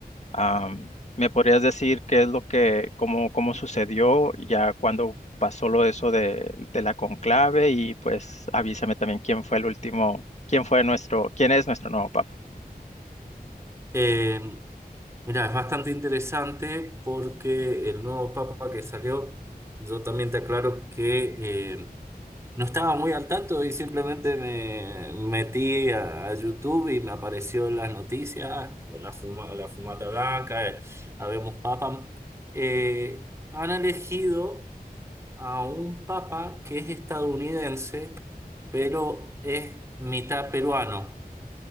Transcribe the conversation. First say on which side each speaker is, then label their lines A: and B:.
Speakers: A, on the left (about 45°); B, on the right (about 15°).
A: Am, ¿me podrías decir qué es lo que, cómo, cómo sucedió ya cuando pasó lo eso de, de la conclave? Y pues avísame también quién fue el último, quién fue nuestro, quién es nuestro nuevo papa.
B: Eh, mira, es bastante interesante porque el nuevo papa que salió, yo también te aclaro que eh, No estaba muy al tanto y simplemente me metí a, a YouTube y me apareció en las noticias, la, fuma- la fumata blanca, eh, habemos papa. Eh, han elegido a un papa que es estadounidense, pero es mitad peruano,